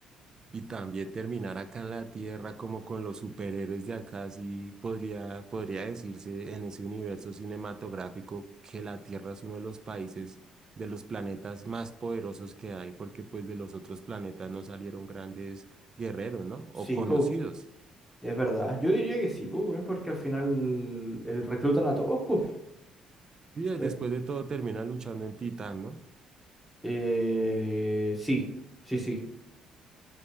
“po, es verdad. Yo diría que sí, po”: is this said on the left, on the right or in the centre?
Centre